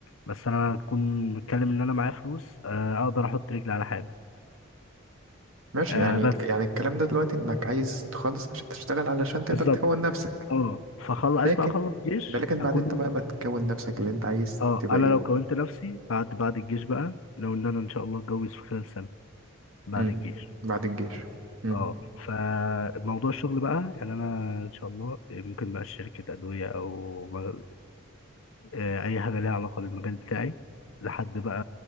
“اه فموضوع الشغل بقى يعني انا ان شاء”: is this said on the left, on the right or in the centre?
Left